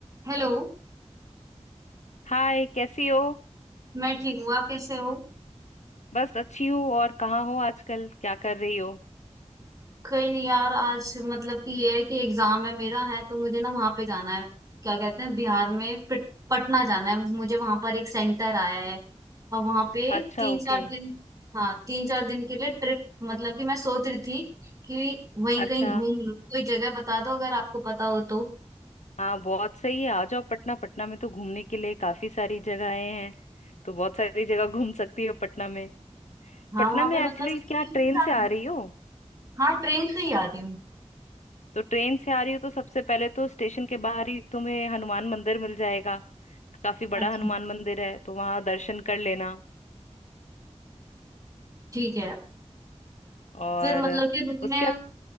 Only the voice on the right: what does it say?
हेलो
मैं ठीक हूँ आप कैसे हो
कहीं नहीं यार आज मतलब कि ये है कि एग्जाम है मेरा है तो मुझे ना वहां पे जाना है क्या कहते हैं बिहार में पट, पटना जाना है मुझे वहां पर एक सेंटर आया है और वहां पे
तीन
चार दिन हाँ तीन चार दिन के लिए ट्रिप मतलब कि मैं सोच रही थी कि वहीं
कहीं घूम लूँ कोई जगह बता दो अगर आपको पता हो तो
हाँ
वहां पे
मतलब
कि
तीन
चार
हाँ ट्रेन से ही आ रही हूँ
अच्छा
ठीक है
फिर मतलब कि रुकने